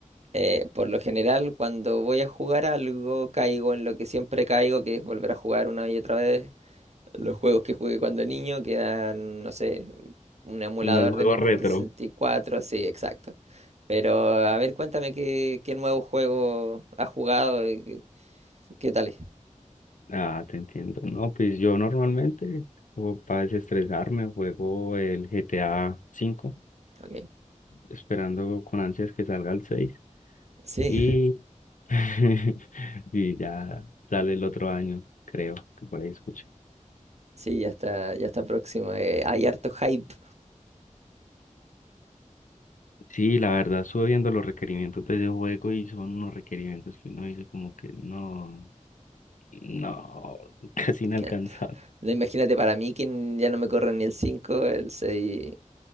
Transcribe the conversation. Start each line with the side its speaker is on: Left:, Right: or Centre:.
Right: eh, por lo general cuando voy a jugar algo caigo en lo que siempre caigo, que es volver a jugar una y otra vez. Los juegos que jugué cuando niño quedan, no sé, un emulador
Left: En los
Right: de
Left: juegos
Right: Nintendo
Left: retro.
Right: 64, sí, exacto. Pero a ver, cuéntame qué, qué nuevo juego has jugado y qué, qué tal es.
Left: Ah, te entiendo. No, pues yo normalmente, para desestresarme, juego el GTA cinco,
Right: Ok.
Left: esperando con ansias que salga el seis
Right: Sí,
Left: Y, <laughs> y ya sale el otro año, creo, que por ahí escuché.
Right: <laughs> sí, ya está, ya está próximo. eh, hay harto hype.
Left: Sí, la verdad, estuve viendo los requerimientos de ese juego y son unos requerimientos que uno dice como que no, no, <laughs> casi inalcanzable.
Right: Eh, no, Imagínate para mí que n- ya no me corre ni el cinco el seis